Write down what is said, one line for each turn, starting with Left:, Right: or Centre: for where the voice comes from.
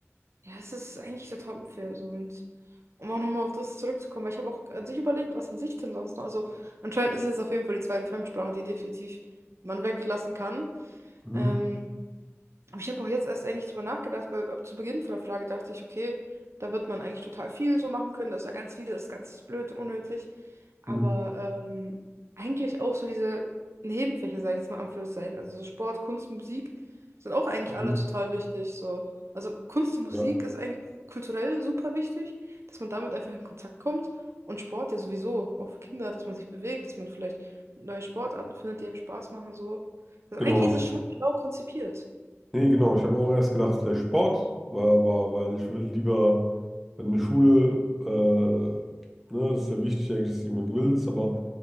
Right: Ja, es ist eigentlich total unfair so. Und um auch nochmal auf das zurückzukommen, weil ich habe auch an sich überlegt, was an sich denn sonst noch. Also anscheinend ist es jetzt auf jeden Fall die zweite Fremdsprache, die definitiv man weglassen kann.
Centre: Mhm.
Right: Ähm, aber ich habe auch jetzt erst eigentlich drüber nachgedacht, weil ab zu Beginn von der Frage dachte ich, okay, da wird man eigentlich total viel so machen können. Das ist ja ganz wieder das ist ganz blöd und unnötig. Aber
Centre: Mhm.
Right: ähm, eigentlich auch so diese Nebenfächer, sage ich jetzt mal in Anführungszeichen, also so Sport, Kunst, Musik, sind auch eigentlich alle
Centre: Mhm.
Right: total wichtig. So. Also Kunst und Musik
Centre: Ja,
Right: ist eigentlich kulturell super wichtig, dass man damit einfach in Kontakt kommt. Und Sport ja sowieso, auch für Kinder, dass man sich bewegt, dass man vielleicht neue Sportarten findet, die einem Spaß machen. So. Also
Centre: genau.
Right: eigentlich ist es schon schlau konzipiert.
Centre: Nee, genau. Ich habe auch erst gedacht, vielleicht Sport, weil, aber weil ich würde lieber, wenn eine Schule, äh, ne, ist ja wichtig eigentlich, dass jemand will, aber